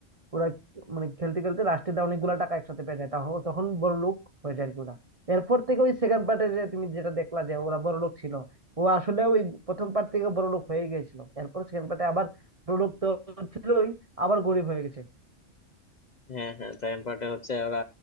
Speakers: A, on the right; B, on the left.
A: ওরা মানে খেলতে খেলতে লাস্টে দা অনেকগুলা টাকা একসাথে পেয়ে যায় তাহ- তখন বড় লোক হয়ে যায় আর কি ওরা এরপর থেকে ওই সেকেন্ড পার্টে যে তুমি যেটা দেখলা যে ওরা বড় লোক ছিল ও আসলে ওই প্রথম পার্ট থেকে বড় লোক হয়ে গেছিল এরপর সেকেন্ড পার্টে আবার বড় লোক তো ছিলই আবার গরিব হয়ে গেছে
B: হ্যাঁ হ্যাঁ সেকেন্ড পার্টে হচ্ছে ওরা